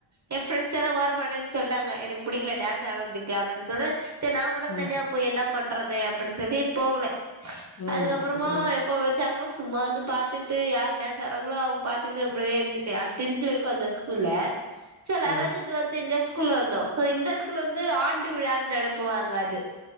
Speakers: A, on the right (about 35°); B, on the left (about 35°).
A: ஏ ஃப்ரெண்ட்ஸ் எல்லா வர மாட்டேன் சொல்ட்டாங்க எனக்கு புடிக்ல டான்ஸ் ஆட்ரத்துக்கு அப்டின் சொன்ன செரி நா மட்டு
B: ம்
A: தனியா போய் என்னாப் பண்றது அப்டி சொல்லி போகல
B: ம்
A: அதுக்கப்பறமா
B: அப்றோ
A: எப்போ சாங்களோ சும்மா வந்து பாத்துட்டு யார் டான்ஸ் ஆடு றாங்ளோ அவுங்க பாத்துட்டு அப்டியே இருந்துட்டே டென்த்து வரிக்கு அந்த ஸ்கூல்ல சோ லெவல்த்து
B: ஓ
A: டுவெல்த்து இந்த ஸ்கூ ல்ல வந்தோ சோ இந்த ஸ்கூல் வந்து ஆண்டு விழான் நடத்துவாங்க அது